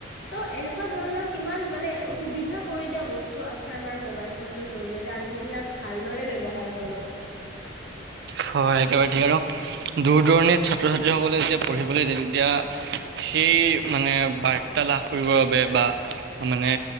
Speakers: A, on the left; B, on the right.
A: ত এনেকুৱা ধৰণৰ কিমান মানে সুবিধা কৰি দিয়া বস্তু আছে আমাৰ মোবাইল ফোনটোৰ জৰিয়তে আমি যদি ইয়াক ভালদৰে ব্যৱহাৰ কৰোঁ
B: হয় একেবাৰে ঠিক আৰু দূৰ দূৰণিত ছ্ৰীসকলে যেতিয়া পঢ়িবলৈ যায় তেতিয়া সেই মানে বাৰ্তা লাভ কৰিবৰ বাবে বা মানে